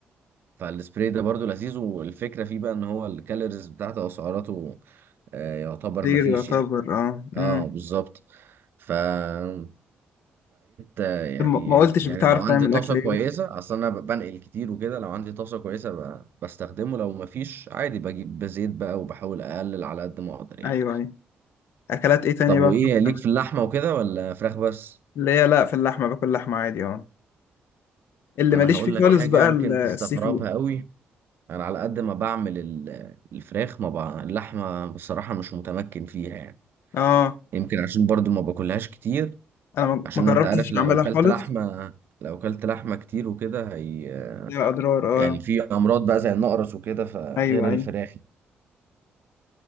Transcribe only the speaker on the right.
فالسبراي ده برضو لذيذ والفكرة فيه بقى ان هو الكالوريز بتاعته او سعراته آه، يعتبر
مفيش
يعني
اه
بالظبط فبقيت آه، يعني
يعني
لو عندي
طاسة
كويسة اصل انا بنقل كتير وكده لو عندي طاسة كويسة ب- بستخدمه لو مفيش عادي بجيب بزيت بقى وبحاول اقلل على قد ما اقدر يعني
طب وايه
ليك
في اللحمة وكده ولا فراخ بس
انا
هقول
لك حاجة
يمكن
تستغربها
قوي انا على قد ما بعمل ال- الفراخ ما بع... اللحمه بصراحه مش متمكن فيها يعني
يمكن عشان برضو ما باكلهاش كتير
عشان
انت عارف لو
اكلت
لحمه لو اكلت لحمه كتير وكده هي
يعني
في امراض بقى زي النقرس وكده فغير
الفراخ